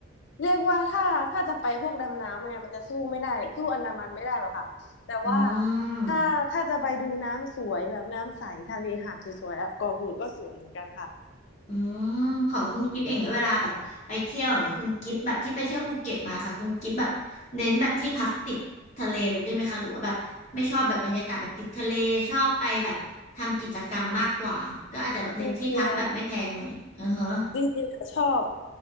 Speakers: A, on the left; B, on the left.
A: เรียกว่าถ้าถ้าจะไปพวกดำน้ำเนี่ยมันจะสู้ไม่ได้สู้อันดามันไม่ได้หรอกค่ะแต่ว่า
B: อืม
A: ถ้าถ้าจะไปดูน้ำสวยแบบน้ำใสทะเลหาดสวยๆอ่ะเกาะกูดก็สวยเหมือนกันค่ะ
B: อืมของคุณกิฟอย่างเงี้ยเวลาแบบไปเที่ยวอย่างเงี้ยคุณกิฟแบบที่ไปเที่ยวภูเก็ตมาค่ะคุณกิฟแบบเน้นแบบที่พักติดทะเลเลยด้วยไหมคะหรือว่าแบบไม่ชอบแบบบรรยากาศแบบติดทะเลชอบไปแบบทำกิจกรรมมากกว่าก็อาจจะแบบเน้นที่พักแบบไม่แพงหน่อยอือฮะ
A: จริงๆอ่ะ จริงๆอะชอบ